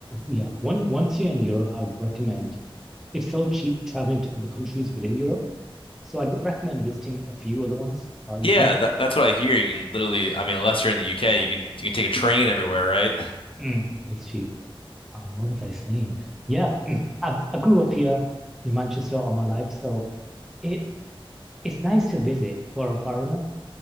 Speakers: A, in the centre; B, on the left (about 65°).
A: Yeah. One, once you're in Europe, I would recommend it's so cheap traveling to other countries within Europe. So I'd recommend visiting a few other ones while
B: Yeah,
A: you're here.
B: that that's what I hear. You can literally, I mean, unless you're in the UK, you can you can take a train everywhere, right?
A: Mm, it's cheap. Um, what was I saying? Yeah, <clears throat> I, I grew up here in Manchester all my life, so it it's nice to visit for a foreigner.